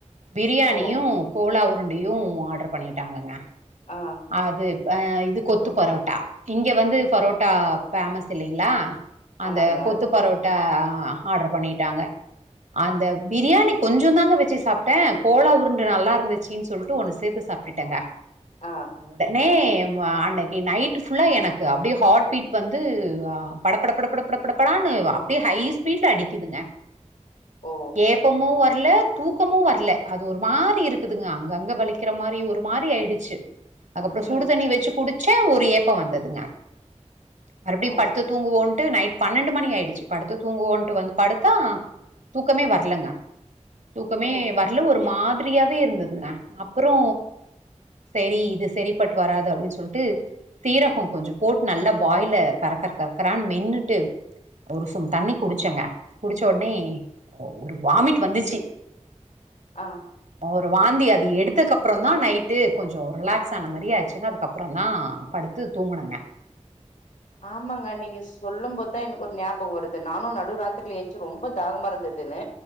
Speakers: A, on the right; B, on the left.
A: பிரியாணியு
B: ஓ!
A: கோலாவு ரெண்டையு ஆடர் பண்ணிட்டாங்கங்க
B: ஆ.
A: அது ஆ இது கொத்து பரோட்டா இங்க வந்து பரோட்டா பேமஸ் இல்லிங்களா அந்த
B: ஆமாங்க.
A: கொத்து பரோட்டா ஆ ஆடர் பண்ணிட்டாங்க அந்த பிரியாணி கொஞ்சோ தாங்க வச்சு சாப்ட்டே கோலா உருண்ட நல்லா இருந்துச்சின்னு சொல்ட்டு ஒண்ணு சேத்து சாப்ட்டுடேங்க
B: ஆ.
A: உடனே ம்ஆ அன்னைக்கு நைட்டு ஃபுல்லா எனக்கு அப்டியே ஹாட் பீட் வந்து ஹ் படப்பட படக் படக் படப்படான்னு அப்டியே ஹை ஸ்பீட்ல அடிக்குதுங்க
B: ஓ!
A: ஏப்பமு வர் ல்ல தூக்கமு வரல அது ஒரு மாரி இருக்குதுங்க அங்கங்க வலிக்கிற மாரி ஒரு மாரி ஆயிடுச்சு அதுக்கப்றோ சுடு
B: ம்.
A: தண்ணி வச்சு குடுச்ச ஒரு ஏப்ப வந்துதுங்க மறுபடியு
B: ஓ!
A: படுத்து தூங்க வோன் ட்டு நெய்ட் பன்னெண்டு மணி ஆய்டுச்சு படுத்து தூங்கோன்டு வந்து படுத்தா தூக்கமே வரலங்க தூக்கமே
B: ம்.
A: வரல ஒரு மார் பிரியாவே இருந்துதுங்க அப்றோ செரி இது செரிப்பட்டு வராது அப்டினு சொல்ட்டு சீரக கொஞ்சோ போட்டு நல்லா வாய்ல கறக்கறக் கரான்னு மென்னுட்டு ஒரு சும் தண்ணி குடிச்சங்க குடிச்ச உடனே ஒ ஒர் வாமிட் வந்திச்சு
B: ஆ
A: ப்றோ வாந்தி அது எடுத்தக்கு அப்றோதா நய்ட்டு கொஞ்சோ ரிலேக்ஸ் தன்ன மாரியாச்சுங்க அதுக்கப்றோதா படுத்து தூங்குணுங்க
B: ஆமாங்க நீங்க சொல்லும்போதுதா எனக்கு ஒரு நியாபக வருது நானும் நடுராத்ரில எந் சு ரொம்ப தாகமா இருந்துதுன்னு